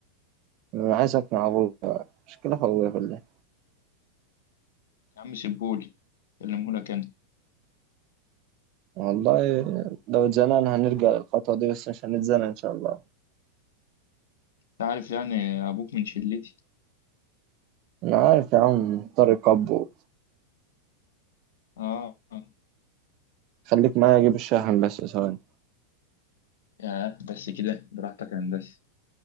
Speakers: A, on the right (about 40°); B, on the left (about 60°).
A: أنا عايز أقنع أبويا مشكلة في أبويا كلها
B: يا عم سيبهولي كلمهولك انا
A: والله لو اتزنقنا هنرجع للخطوة دي بس مش هنتزنق إن شاء الله
B: انت عارف يعني ابوك من شلتي
A: أنا عارف يا عم طارق أبو
B: اه آه.
A: خليك معايا أجيب الشاحن بس ثواني
B: ياه بس كده براحتك يا هندسه